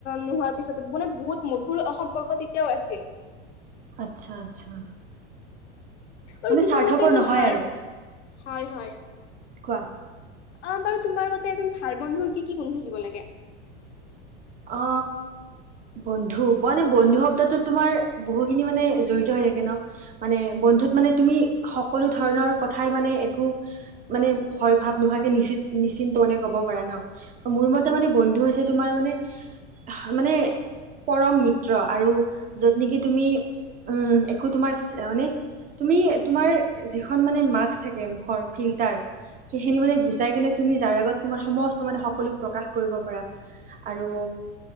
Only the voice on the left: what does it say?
নহোৱাৰ তাৰপিছতো বোলে বহুত মধুৰ সম্পৰ্ক তেতিয়াও আছিল।
আৰু তোমাৰ
মতে এজন
ভাল
হয় হয়।
অহ বাৰু তোমাৰ মতে এজন ভাল বন্ধুৰ কি কি গুণ থাকিব লাগে।